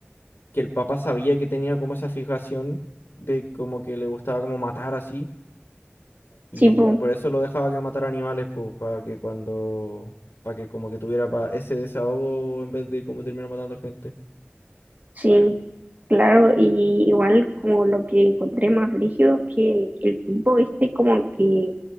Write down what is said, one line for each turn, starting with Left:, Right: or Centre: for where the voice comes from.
Left: Que el papá sabía que tenía como esa fijación de como que le gustaba como matar así. Y
Right: sí, po.
Left: lo- por eso lo dejaba que matara animales, pues, para que cuando. Para que como que tuviera pa- ese desahogo en vez de como terminar matando gente.
Right: Sí, claro, y igual como lo que encontré más brígido es que el tipo este como que